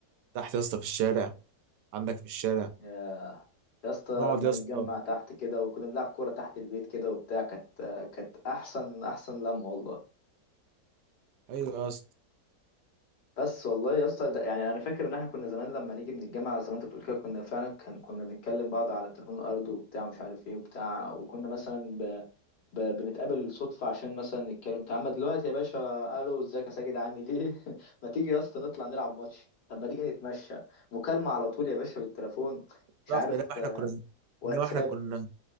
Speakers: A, on the right (about 85°); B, on the left (about 75°).
A: تحت يا اسطى في الشارع عندك في الشارع
B: يا يا اسطى
A: نقعد
B: لما
A: يا اسطى
B: نتجمع تحت كده وكنا بنلعب كوره تحت البيت كده وبتاع كانت كانت احسن احسن لمه والله
A: ايوه يا اسطى
B: بس والله يا اسطى ده- يعني انا فاكر ان احنا كنا زمان لما نيجي من الجامعه زي ما انت بتقول كده كنا فعلا كان كنا بنتكلم بعض على التليفون الارضي وبتاع مش عارف ايه وبتاع وكنا مثلا ب... ب... بنتقابل صدفه عشان مثلا نتكلم تعالى اما دلوقتي يا باشا الو ازيك يا ساجد عامل ايه <laughs> ما تيجي يا اسطى نطلع نلعب ماتش طب ما تيجي نتمشى مكالمه على طول يا باشا بالتليفون مش
A: بالظبط
B: عارف
A: لا احنا
B: آه،
A: كنا
B: واتساب
A: انما احنا كنا